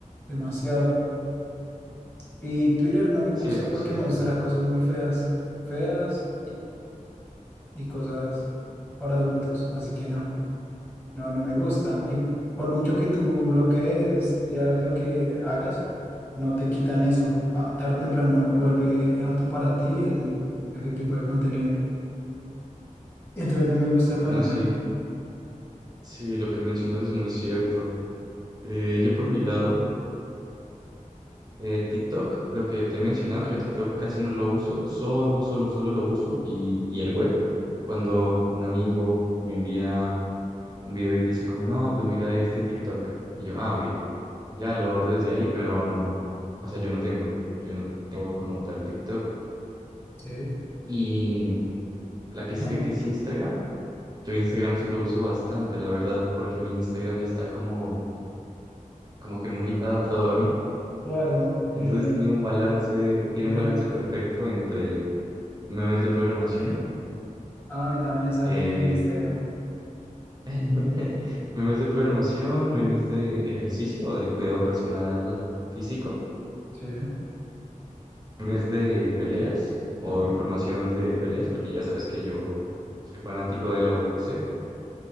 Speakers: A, on the left; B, on the right.
A: demasiado. Y Twitter no me gusta
B: Cierto,
A: porque
B: cierto.
A: muestra cosas muy feas, feas y cosas para adultos. Así que no, no, no me gusta. Y por mucho que tú bloquees y hagas lo que hagas, no te quitan eso. Ah, tarde o temprano vuelve a tu para ti el, ese tipo de contenido. Entonces no me gusta
B: Bueno,
A: para nada.
B: sí, sí, lo que mencionas es muy cierto. Eh, yo por mi lado, eh, TikTok, lo que te he mencionado, yo TikTok casi no lo uso, solo, solo, solo lo uso y, y el web. Cuando un amigo me envía un video y dice como, no, pues mira este TikTok. Y yo, ah, ok, ya lo abro desde ahí, pero no, o sea, yo no tengo, yo no tengo como tal TikTok.
A: Sí.
B: Y la que
A: <laughs>
B: sigue que es Instagram, yo Instagram sí lo uso bastante, la verdad, porque mi Instagram ya está como, como que muy adaptado a mí.
A: Claro. eh,
B: Entonces tiene un balance, tiene
A: hombre,
B: un balance perfecto entre memes de programación,
A: a mí también me salen
B: eh,
A: en Instagram.
B: <laughs> memes de programación, memes de ejercicio o de cuidado personal físico,
A: Sí.
B: memes de peleas o información de peleas, porque ya sabes que yo soy fanático de la UFC,